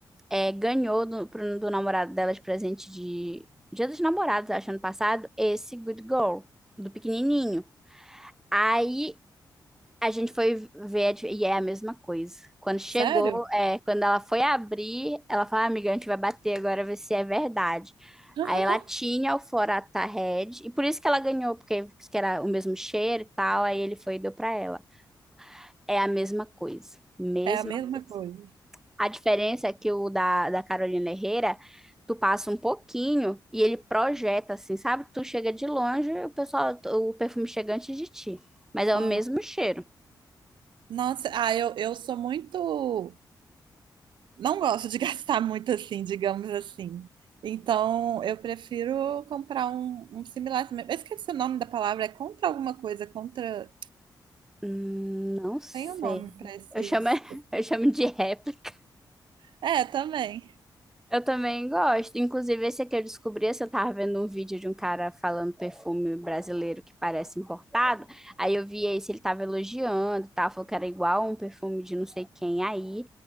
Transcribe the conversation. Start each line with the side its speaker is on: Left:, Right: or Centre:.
Centre: é, ganhou do, pro- do namorado dela de presente de Dia dos Namorados, acho, ano passado, esse Good Girl, do pequenininho. Aí A gente foi ver e é a mesma coisa. Quando chegou,
Right: Sério?
Centre: é, quando ela foi abrir, ela falou, "Ah, amiga, a gente vai bater agora, ver se é verdade.
Right: <laughs>
Centre: Aí ela tinha o Forata Red, e por isso que ela ganhou, porque disse que era o mesmo cheiro e tal, aí ele foi e deu pra ela. É a mesma coisa, mesma
Right: É a mesma
Centre: coisa.
Right: coisa.
Centre: A diferença é que o da, da Carolina Herrera, tu passa um pouquinho e ele projeta assim, sabe? Tu chega de longe, o pessoal, o perfume chega antes de ti, mas é
Right: Ah.
Centre: o mesmo cheiro.
Right: Nossa, ah, eu, eu sou muito. Não gosto de <laughs> gastar muito assim, digamos assim. Então, eu prefiro comprar um, um similar também. Eu esqueci o nome da palavra, é contra alguma coisa, contra.
Centre: Hum, não sei.
Right: Tem o um nome para esses.
Centre: Eu chamo, <laughs> eu chamo de réplica.
Right: É, também.
Centre: Eu também gosto. Inclusive, esse aqui eu descobri, esse eu tava vendo um vídeo de um cara falando perfume brasileiro que parece importado. Aí eu vi esse, ele tava elogiando, e tal, falou que era igual um perfume de não sei quem aí.